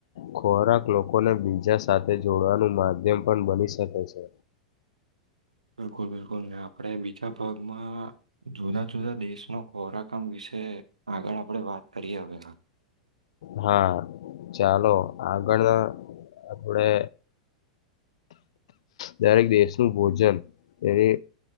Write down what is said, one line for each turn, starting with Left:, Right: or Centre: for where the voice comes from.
Left: ખોરાક લોકોને બીજા સાથે, જોડવાનું માધ્યમ પણ બની શકે છે.
Right: <unintelligible> <inaudible> બિલકુલ, બિલકુલ આપડે‌ બીજા ભાગમાં જુદા જુદા, દેશનો ખોરાક આમ વિશે આગળ આપડે વાત કરીએ હવે.
Left: હા, ચાલો આગળના આપડે
Right: <unintelligible> <inaudible>
Left: દરેક દેશનું, ભોજન એને